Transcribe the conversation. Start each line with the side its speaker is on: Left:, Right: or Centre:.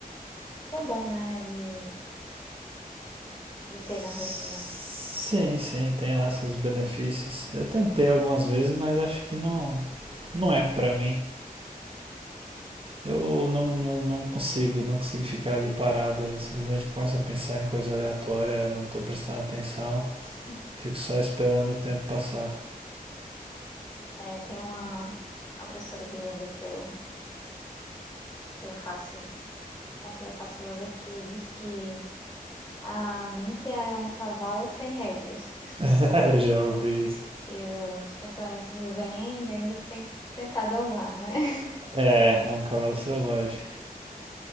Left: que é bom, né, de, de
Right: Sim,
Left: ter na rotina.
Right: sim, tem lá seus benefícios. Eu tentei algumas vezes, mas acho que não, não é pra mim. Eu não, não, não consigo, não consigo ficar ali parado. Eu simplesmente começo a pensar em coisa aleatória, não tô prestando atenção.
Left: <laughs>
Right: Fico só esperando o tempo passar.
Left: É, tem uma, uma professora de yoga que eu que eu faço com quem eu faço yoga que diz que a mente é um cavalo sem rédeas, <laughs>
Right: <laughs> Eu já ouvi
Left: né?
Right: isso.
Left: que os pensamentos vêm, vêm, e você tem que tentar domar, né? <laughs>
Right: É, é um cavalo selvagem.